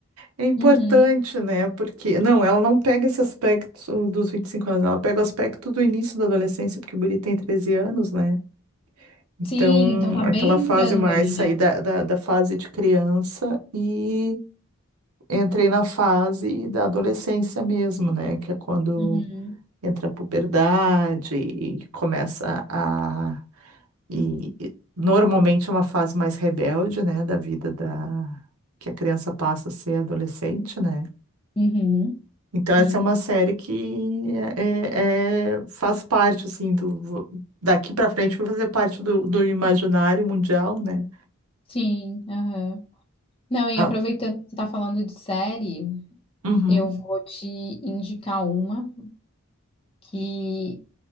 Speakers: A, on the right; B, on the left.
A: é importante,
B: Uhum.
A: né? Porque, não, ela não pega esse aspecto dos 25 anos, ela pega o aspecto do início da adolescência, porque o guri tem 13 anos, né? Então,
B: Sim, então tá
A: aquela
B: bem
A: fase
B: entrando
A: mais
B: ali,
A: sair
B: né?
A: da, da, da fase de criança e entrei na fase da adolescência mesmo, né? Que é quando
B: Uhum,
A: entra a puberdade e começa a. E e normalmente é uma fase mais rebelde, né? Da vida da. que a criança passa a ser adolescente, né?
B: uhum.
A: Então
B: Sim,
A: essa é uma série que é, é- é, faz parte, assim, do. Daqui pra frente vai fazer parte do, do imaginário mundial, né?
B: sim, aham. Não, e
A: Ah,
B: aproveitando que você tá falando de série,
A: uhum.
B: eu vou te indicar uma. que